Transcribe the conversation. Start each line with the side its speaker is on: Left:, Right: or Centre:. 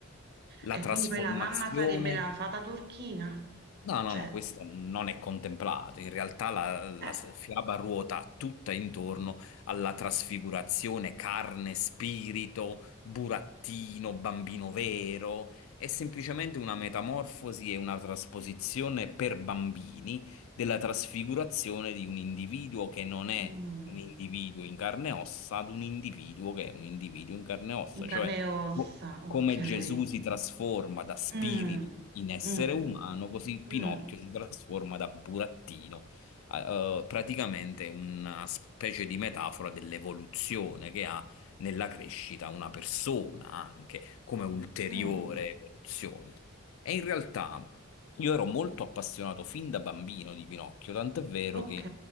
Left: La
Right: E
Left: trasformazione,
Right: quindi poi la mamma sarebbe la fata turchina,
Left: No, no,
Right: cioè,
Left: no, questo non è contemplato. In realtà la, la
Right: eh,
Left: s- fiaba ruota tutta intorno alla trasfigurazione, carne, spirito, burattino, bambino vero. È semplicemente una metamorfosi e una trasposizione per bambini della trasfigurazione di un individuo che non è
Right: mm,
Left: un individuo in carne e ossa ad un individuo che è un individuo in carne e ossa,
Right: in carne
Left: cioè
Right: e ossa,
Left: co-
Right: ok.
Left: come Gesù si trasforma da spirito
Right: Mm,
Left: in essere
Right: mm,
Left: umano,
Right: mm,
Left: così Pinocchio
Right: mm,
Left: si trasforma da burattino. a- eh, praticamente è una specie di metafora dell'evoluzione che ha nella crescita una persona anche come ulteriore
Right: mm,
Left: evoluzione. E in realtà io ero molto appassionato fin da bambino di Pinocchio, tant'è vero
Right: ok,
Left: che